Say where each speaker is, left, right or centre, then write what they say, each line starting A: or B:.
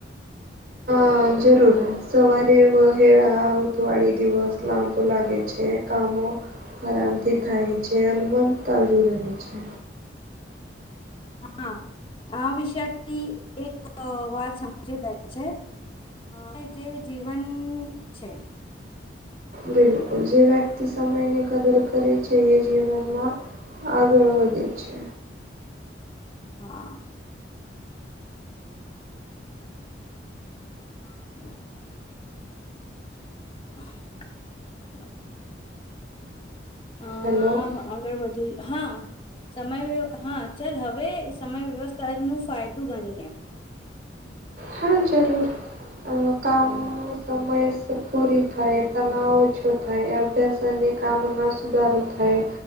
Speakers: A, on the right; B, on the left.
A: હ જરૂર સવારે વ હેળ આવતું હોય એ દિવસ લાંબુ લાગે છે કામો, આરામથી થાય છે. એ અનુ મન તાજુ રહેે છે.
B: હા. આ વિષયથી એક વાત સમજી ગઈ છે અને જે જીવન છે.
A: બિલકુલ. જે વ્યક્તિ સમયની કદર કરે છે એ જીવનમાં આગળ વધે છે.
B: હા. <inaudible> <inaudible> આમાં
A: હેલો.
B: આગળ વધી, હા? સમય, હા ચલ હવે સમય વ્યવસ્થા જ નું ફાયદો ગણીએ.
A: હા જરૂર. અહ કામ
B: હમ
A: સમયસર પૂરી થાય, તનાવ ઓછો થાય, અભ્યાસ અને કામ માં સુધારો થાય.